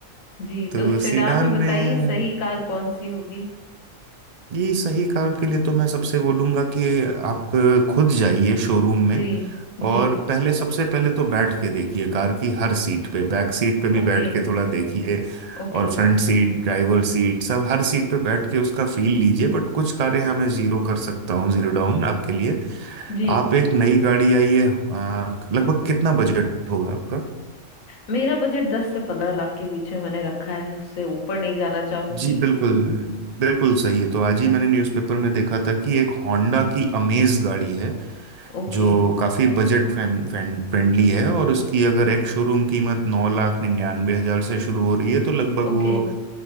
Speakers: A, on the left (about 80°); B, on the right (about 45°).
A: जी
B: तो
A: तो सेडान
B: सीडान
A: में बताइए
B: में
A: सही कार कौन सी होगी
B: ये सही कार के लिए तो मैं सबसे बोलूंगा कि आप खुद जाइए शोरूम में
A: जी जी
B: और पहले सबसे पहले तो बैठ के देखिए कार की हर सीट पे बैक सीट पे भी
A: ओके
B: बैठ के थोड़ा देखिए
A: ओके
B: और फ्रंट सीट ड्राइवर सीट सब हर सीट पे बैठ के उसका फील लीजिए बट कुछ कारें हमें जीरो कर सकता हूँ जीरो डाउन आपके लिए
A: जी
B: आप एक नई गाड़ी आई है अ, लगभग कितना बजट होगा आपका?
A: मेरा बजट दस से पंद्रह लाख के बीच में मैंने रखा है उससे ऊपर नहीं जाना चाहूंगी
B: जी बिल्कुल बिल्कुल सही है तो आज ही मैंने न्यूज़पेपर में देखा था कि एक होंडा की अमेज गाड़ी है
A: ओके
B: जो काफ़ी बजट फ्रेंडली है और उसकी अगर एक शोरूम कीमत नौ लाख निन्यानवे हज़ार से शुरू हो रही है तो लगभग
A: ओके
B: वो